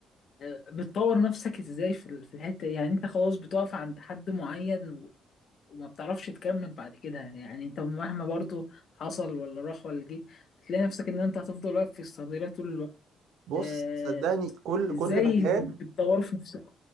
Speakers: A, on the left; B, on the right.
A: آه، بتطور نفسك ازاي في ال- في الحتة دي؟ يعني انت خلاص بتقف عند حد معين و- وما بتعرفش تكمل بعد كده يعني انت مهما برضو حصل ولا راح ولا جه هتلاقي نفسك ان انت هتفضل واقف في الصدارة طول الوقت
B: بص
A: آه
B: صدقني كل
A: ازاي
B: كل مكان
A: بتطور في نفسك